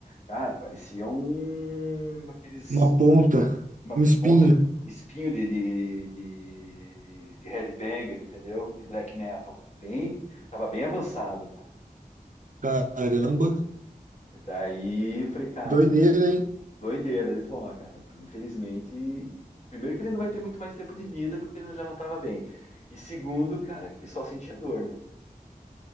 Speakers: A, on the left; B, on the right.
A: Cara, parecia um, aqueles
B: uma ponta,
A: uma
B: um espinho.
A: ponta espinho de, de, de, de, de headbanger, entendeu? De black metal, cara. Bem, tava bem avançado, cara.
B: Caramba,
A: Daí eu falei, cara,
B: doideira,
A: puxa,
B: hein?
A: doideira. Ele falou, ó, cara, infelizmente, primeiro que ele não vai ter muito mais tempo de vida porque ele já não tava bem. E segundo, cara, que ele só sentia dor, né?